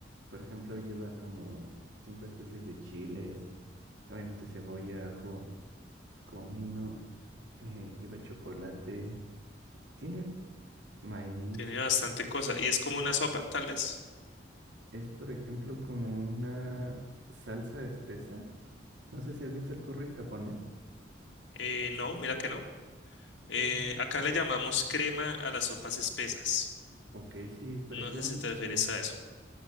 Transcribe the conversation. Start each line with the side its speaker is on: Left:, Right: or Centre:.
Right: Por ejemplo, lleva como cinco especies de chiles, obviamente cebolla, ajo, comino. eh, lleva chocolate, tiene maíz,
Left: tiene bastante cosa. ¿Y es como una sopa, tal vez?
Right: es por ejemplo como una salsa espesa. No sé si has visto el curry japonés.
Left: Eh, no, mira que no. Eh,
Right: Mm.
Left: acá le llamamos crema a las sopas espesas.
Right: Ok, sí, parecía
Left: No sé si
Right: una
Left: te refieres
Right: crema.
Left: a eso.